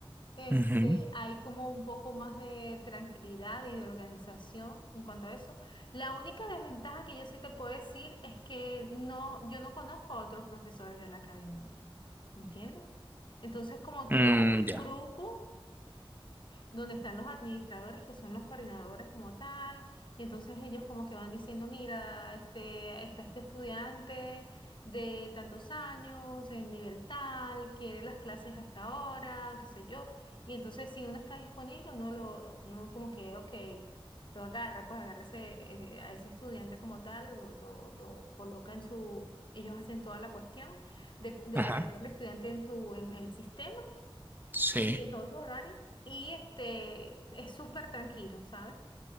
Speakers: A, on the left (about 55°); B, on the right (about 20°).
A: Este,
B: Ujú.
A: hay como un poco más de tranquilidad y de organización en cuanto a eso. La única desventaja que yo sí te puedo decir es que no, yo no conozco a otros profesores de la academia, ¿entiendes? Entonces, como que
B: Mm,
A: tenemos un
B: ya.
A: grupo donde están los administradores que son los coordinadores como tal, y entonces ellos como que van diciendo, mira, este, está este estudiante de tantos años, en nivel tal, quiere las clases a esta hora, qué sé yo, y entonces si uno está disponible, uno lo, uno como que, ok, lo agarra, pues agarra ese, eh, a ese estudiante como tal, lo, lo, lo coloca en su, ellos hacen toda la cuestión de, de
B: Ajá.
A: agregar al estudiante en tu, en el sistema
B: Sí.
A: y en todos tus horarios. Y este, es súper tranquilo, ¿sabes?